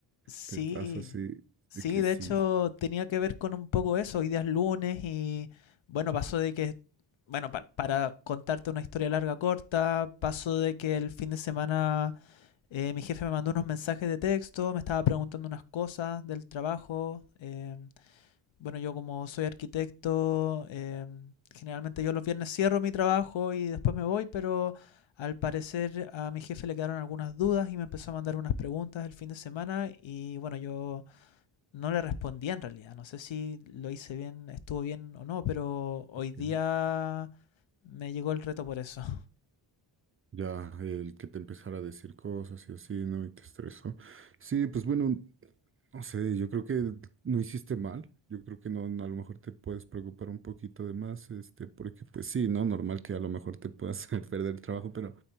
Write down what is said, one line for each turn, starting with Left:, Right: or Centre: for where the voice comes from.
Left: Sí,
Right: te pasa así,
Left: sí,
Right: de que
Left: de
Right: sí.
Left: hecho tenía que ver con un poco eso. Hoy día es lunes y bueno, pasó de que... Bueno, para, para contarte una historia larga corta, pasó de que el fin de semana eh, mi jefe me mandó unos mensajes de texto, me estaba preguntando unas cosas del trabajo. eh, Bueno, yo como soy arquitecto, eh, generalmente yo los viernes cierro mi trabajo y después me voy, pero al parecer a mi jefe le quedaron algunas dudas y me empezó a mandar unas preguntas el fin de semana y bueno, yo no le respondía en realidad. No sé si lo hice bien, estuvo bien o no, pero hoy
Right: Ok.
Left: día me llegó el reto por eso. <laughs>
Right: Ya, el que te empezara a decir cosas y así, ¿no? Y te estresó. Sí, pues bueno, No sé, yo creo que no hiciste mal. Yo creo que no, no, a lo mejor te puedes preocupar un poquito de más, este, porque pues sí, ¿no? Normal que a lo mejor te puedas <laughs> perder el trabajo, pero